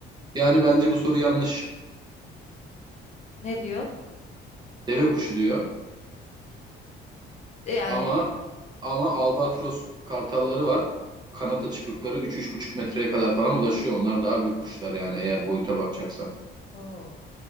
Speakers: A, on the right (about 20°); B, on the left (about 35°).
A: Yani bence bu soru yanlış.
B: Ne diyor?
A: Deve kuşu diyor.
B: E, Yani
A: Ama ama albatros kartalları var. Kanat açıklıkları üç üç buçuk metreye kadar falan ulaşıyor. Onlar daha büyük kuşlar yani eğer boyuta bakacaksan.
B: o